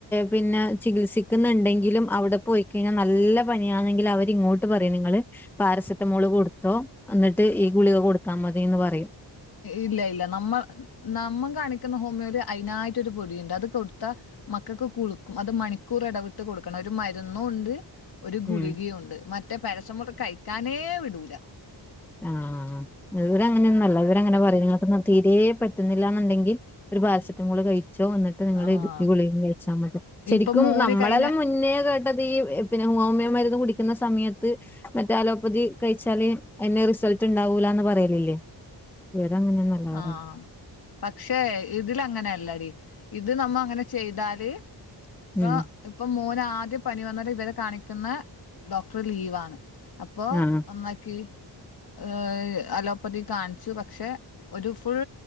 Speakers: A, in the centre; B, on the left (about 55°).
A: പിന്നെ ചികിത്സിക്കുന്നുണ്ടെങ്കിലും. അവിടെ പോയിക്കഴിഞ്ഞാൽ നല്ല പനാണെങ്കിൽ അവരിങ്ങോട്ട് പറയും നിങ്ങള് പാരസെറ്റമോള് കൊടുത്തോ. എന്നിട്ട് ഈ ഗുളിക കൊടുത്താ മതി എന്ന് പറ..
B: ഇല്ല ഇല്ല നമ്മൾ നമ്മൾ കാണിക്കുന്ന ഹോമിയോൽ അതിനതിനായിട്ട്. മറ്റൊരു പൊടി ഉണ്ട് അത് കൊടുത്ത മക്കൾക്ക് കുളക്കും അത് മണിക്കൂർ ഇടവിട്ട് കൊടുക്കണം ഒരു മരുന്നും ഉണ്ട്. ഒരു ഗുളികയുണ്ട്
A: ഉം
B: മറ്റേ പരസമുള കഴിക്കാനേ വിടൂല..
A: ആഹ ഇവരങ്ങനൊന്നല്ലാ ഇവരങ്ങനാപറയ്നങ്ങാട്ടി തീരെപറ്റ്ന്നില്ലാന്ന്ണ്ടെങ്കി ഒരു പാരസെറ്റമോൾ കഴിക്കാ.. ച്ചോ വന്നിട്ട് നിങ്ങൾ
B: ആഹ്
A: ഈ.. ഗുളിക കഴിച്ചാ.. മതി ശരിക്കും ശരിക്കും
B: ഇപ്പൊ മോന്
A: നമ്മളെല്ലാംമുന്നേ
B: കഴിഞ്ഞ
A: കേട്ടത് ഈ പി ഈ ഹോമിയോ മരുന്ന് കുടിക്കുന്ന സമയത്ത് മറ്റേ അലോപ്പതി കഴിച്ചാല് അയ്ന് റിസൾട്ട്ണ്ടാവൂലാന്ന് പറയലില്ലേ ഇവരങ്ങനെയൊന്നല്ല പറയ
B: ആ... പക്ഷെ ഇതിലങ്ങനെല്ലടി ഇത് നമ്മങ്ങ ചെയ്താല് ഇപ്പൊ
A: ഉം
B: ഇപ്പൊ മോന് ന് ആദ്യം പനി വന്ന്ട്ട് ഇവനെ കാണിക്കുന്ന ഡോക്ടർ ലീവാണ് അപ്പൊ
A: ആഹ്
B: ഒന്നാക്കി ഏ.. അലോപ്പതി കാണിച്ചു പക്ഷെ ഒരു ഫുൾ